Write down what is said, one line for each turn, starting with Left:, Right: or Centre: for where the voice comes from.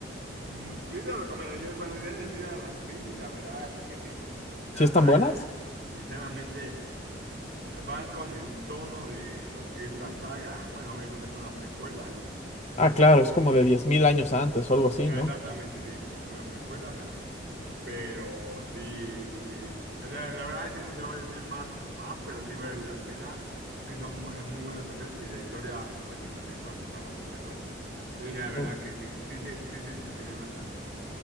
Right: mm, sí te recomiendo. Yo cuando ya yo ya las vi, y la verdad es que sí. La,
Left: Si
Right: a
Left: están buenas.
Right: ver, sinceramente, van con el tono de lo que es la saga. Bueno, obviamente es una precuela.
Left: Ah,
Right: Este,
Left: claro, es como de 10.000 años antes o algo así,
Right: Ah,
Left: ¿no?
Right: Exactamente, sí, es una precuela, o sea, pero sí, eh, la, la verdad sí no te voy a decir más, más, pero sí vale la pena, sí son, mu- es muy buena atención y la historia, pues sí, también está, está bastante buena. Sí, la verdad
Left: Lo
Right: es que sí, sí te, sí te entretiene bastante.